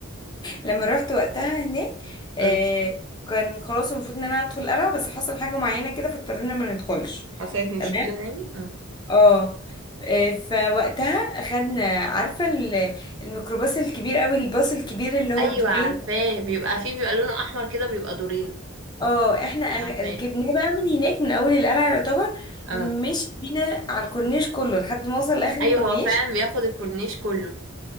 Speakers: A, on the left (about 20°); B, on the right (about 65°).
A: لما رحت وقتها هناك
B: مم.
A: آه كان خلاص المفروض ان انا ادخل القلعه بس حصل حاجه معينه كده فاضطرينا ما ندخلش
B: حصلت مشكله
A: تمام
B: يعني اه
A: اه آه، فوقتها اخدنا عارفه ال- الميكروباص الكبير قوي الباص الكبير اللي هو
B: ايوه
A: بدورين
B: عارفاه بيبقى فيه بيبقى لونه احمر كده بيبقى دورين
A: اه احنا أخ-
B: عارفاه
A: ركبناه بقى من هناك من اول القلعه يعتبر
B: اه
A: مشي بينا على الكورنيش كله لحد ما وصل لاخر الكورنيش
B: ايوه هو فعلا بياخد الكورنيش كله